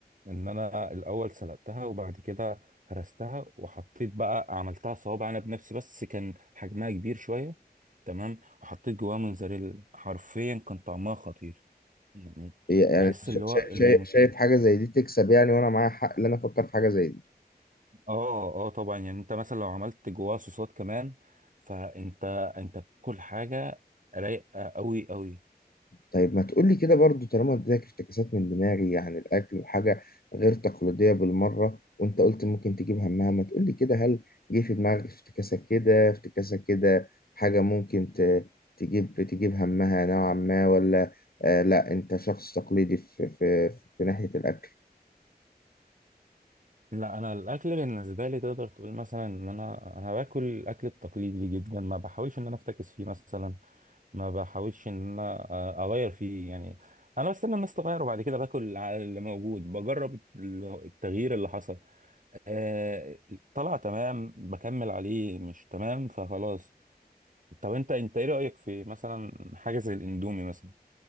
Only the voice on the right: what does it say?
ان انا الاول سلقتها وبعد كده هرستها وحطيت بقى عملتها صوابع انا بنفسي بس كان حجمها كبير شويه تمام وحطيت جواها موزاريلا حرفيا كان طعمها خطير يعني
تحس
اللي هو الم...
اه اه طبعا يعني انت مثلا لو عملت جواها صوصات كمان فانت انت بتاكل حاجه رايقه قوي قوي
لا انا الاكل بالنسبه لي تقدر تقول مثلا ان انا انا باكل الاكل التقليدي جدا ما بحاولش ان انا افتكس فيه مثلا ما بحاولش ان انا آه، اغير فيه يعني انا بستنى الناس تغير وبعد كده باكل على اللي موجود بجرب ال- التغيير اللي حصل آه، طلع تمام بكمل عليه مش تمام فخلاص طب انت انت ايه رايك في مثلا حاجه زي الاندومي مثلا